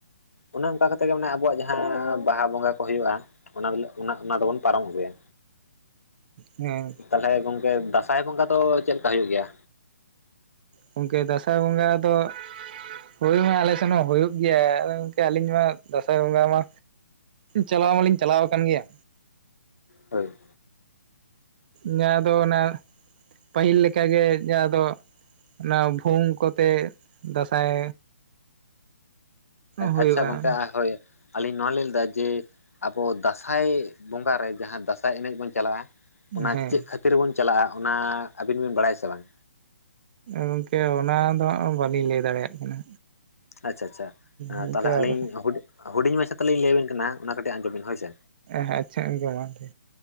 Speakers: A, on the left; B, on the right.
A: ᱚᱱᱮ ᱚᱱᱠᱟ ᱠᱟᱛᱮᱜ ᱜᱮ ᱢᱟᱱᱮ ᱟᱵᱚᱣᱟᱜ ᱡᱟᱦᱟᱸ ᱵᱟᱦᱟ ᱵᱚᱸᱜᱟ ᱠᱚ ᱦᱩᱭᱩᱜᱼᱟ ᱚᱱᱟ ᱦᱤᱞᱟᱜ ᱢᱟᱱᱮ ᱚᱱᱟ ᱫᱚᱵᱚᱱ ᱯᱟᱨᱚᱢ ᱟᱹᱜᱩᱭᱟ᱾
B: ᱦᱮᱸ
A: ᱛᱟᱞᱦᱮ ᱜᱚᱝᱠᱮ ᱫᱟᱸᱥᱟᱭ ᱵᱚᱸᱜᱟ ᱫᱚ ᱪᱮᱫ ᱞᱮᱠᱟ ᱦᱳᱭᱳᱜ ᱜᱮᱭᱟ?
B: ᱜᱚᱢᱠᱮ ᱫᱟᱸᱥᱟᱭ ᱵᱚᱸᱜᱟ ᱫᱚ ᱦᱳᱭ ᱢᱟ ᱟᱞᱮ ᱥᱮᱱ ᱦᱚᱸ ᱦᱳᱭᱳᱜ ᱜᱮᱭᱟ ᱟᱫᱚ ᱜᱚᱢᱠᱮ ᱟᱹᱞᱤᱧ ᱢᱟ ᱫᱟᱸᱥᱟᱭ ᱵᱚᱸᱜᱟ ᱢᱟ ᱪᱟᱞᱟᱣ ᱢᱟᱹᱞᱤᱧ ᱪᱟᱞᱟᱣ ᱠᱟᱱ ᱜᱮᱭᱟ᱾
A: ᱦᱟᱹᱭ᱾
B: ᱧᱟ ᱫᱚ ᱚᱱᱟ ᱯᱟᱹᱦᱤᱞ ᱞᱮᱠᱟᱜᱮ ᱡᱟᱦᱟᱸ ᱫᱚ ᱚᱱᱟ ᱵᱷᱩᱣᱝ ᱠᱚᱛᱮ ᱫᱟᱥᱟᱭ ᱦᱩᱭᱩᱜᱼᱟ
A: ᱟᱪᱪᱷᱟ ᱜᱚᱝᱠᱮ ᱦᱳᱭ ᱟᱹᱞᱤᱧ ᱱᱚᱣᱟ ᱞᱟᱹᱭ ᱞᱮᱫᱟ ᱡᱮ ᱟᱵᱚ ᱫᱟᱸᱥᱟᱭ ᱵᱚᱸᱜᱟ ᱨᱮ ᱡᱟᱦᱟᱸ ᱫᱟᱸᱥᱟᱭ ᱮᱱᱮᱡ ᱵᱚᱱ ᱪᱟᱞᱟᱜᱼᱟ ᱚᱱᱟ
B: ᱦᱮᱸ
A: ᱪᱮᱫ ᱠᱷᱟᱹᱛᱤᱨ ᱵᱚᱱ ᱪᱟᱞᱟᱜᱼᱟ ᱚᱱᱟ ᱟᱹᱵᱤᱱ ᱵᱤᱱ ᱵᱟᱲᱟᱭᱟ ᱥᱮ ᱵᱟᱝ?
B: ᱜᱚᱝᱠᱮ ᱚᱱᱟ ᱫᱚ ᱦᱟᱸᱜ ᱵᱟᱹᱞᱤᱧ ᱞᱟᱹᱭ ᱫᱟᱲᱮᱭᱟᱜ ᱠᱟᱱᱟ᱾
A: ᱟᱪᱪᱷᱟ ᱟᱪᱪᱷᱟ
B: ᱜᱚᱝᱠᱮ
A: ᱛᱟᱦᱞᱮ ᱟᱹᱞᱤᱧ
B: ᱟᱫᱚ
A: ᱦᱩᱰᱤᱧ ᱦᱩᱰᱤᱧ ᱢᱟᱪᱷᱟ ᱛᱮ ᱞᱤᱧ ᱞᱟᱹᱭ ᱟᱵᱤᱱ ᱠᱟᱱᱟ ᱚᱱᱟ ᱠᱟᱹᱴᱤᱡ ᱟᱸᱡᱚᱢ ᱵᱤᱱ ᱦᱳᱭ ᱥᱮ?
B: ᱦ ᱟᱪᱪᱷᱟ <unintelligible>